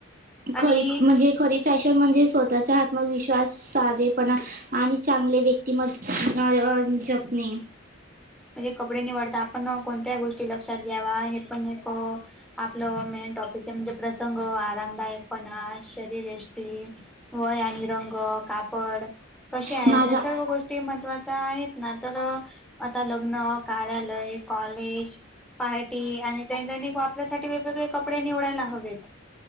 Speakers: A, in the centre; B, on the right.
A: आणि
B: खरी म्हणजे खरी फॅशन म्हणजे स्वतःचा आत्मविश्वास साधेपणा आणि चांगले व्यक्तीमत जपणे.
A: म्हणजे कपडे निवडता आपण कोणत्या गोष्टी लक्षात घ्यावा, हे पण एक आपलं मेन टॉपिक आहे म्हणजे प्रसंग, आरामदायकपणा, शरीरयष्टी वय आणि रंग, कापड कसे आहेत
B: माझा
A: या सर्व गोष्टी ते महत्वाचा आहेत ना तर आता लग्न, कार्यालय कॉलेज पार्टी आणि दैजनिक वापरासाठी वेगवेगळे कप कपडे निवडायला हवेत.